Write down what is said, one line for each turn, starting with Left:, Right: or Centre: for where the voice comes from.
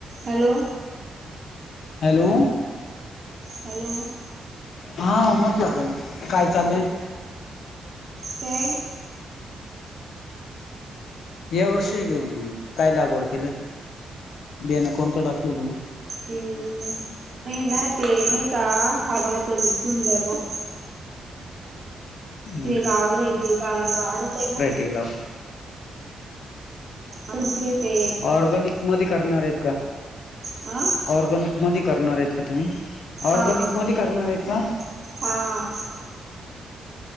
Right: Hello
Left: hello
Right: hello-
Left: हा मत लागल काय चाललंय
Right: काय
Left: या वर्षी काय लागवड केलं बियाणं कोणतं टाकल तुम्ही
Right: हे मे ना ते नाही का हा भात सुंदर भा
Left: हम्म
Right: ते लावलंय ते कारण ते वाढते ना
Left: हिला
Right: दुसरे ते
Left: ऑरर्गनिक मध्ये करणार आहेत का
Right: हा
Left: ऑरर्गनिक मध्ये करणार आहेत का तुम्ही ऑरर्गनिक
Right: हा
Left: मध्ये करणार आहेत का?
Right: हा